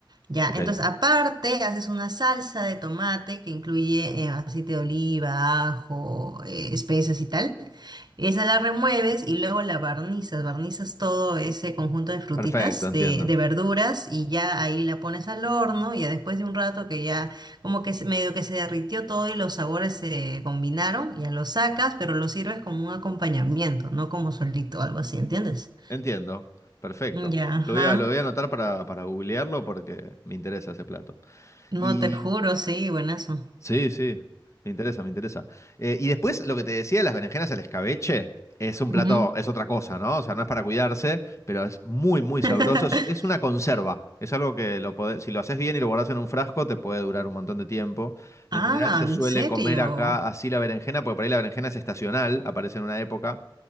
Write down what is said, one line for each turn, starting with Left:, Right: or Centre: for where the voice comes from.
Right: Ya,
Left: Ok,
Right: entonces aparte haces una salsa de tomate que incluye eh, aceite de oliva, ajo, eh, especias y tal. Esa la remueves y luego la barnizas, barnizas todo ese conjunto de frutitas,
Left: perfecto, entiendo.
Right: de, de verduras y ya ahí la pones al horno y ya después de un rato que ya como que se- medio que se derritió todo y los sabores se combinaron, ya lo sacas, pero lo sirves como un acompañamiento, no como solito, algo así, ¿entiendes?
Left: Entiendo. Perfecto.
Right: Ya, ajá.
Left: Lo voy a, lo voy a anotar para, para googlearlo porque me interesa ese plato.
Right: No
Left: Y
Right: te juro, sí, buenazo.
Left: Sí, sí, me interesa, me interesa. Eh, y después lo que te decía, las berenjenas al escabeche, es un plato,
Right: Ujú.
Left: es otra cosa, ¿no? O sea, no es para cuidarse, pero es muy, muy sabroso.
Right: <laughs>
Left: Es, es una conserva. Es algo que lo podés- si lo haces bien y lo guardas en un frasco, te puede durar un montón de tiempo. En
Right: Ah,
Left: general se
Right: ¿en
Left: suele
Right: serio?
Left: comer acá así la berenjena, porque por ahí la berenjena es estacional, aparece en una época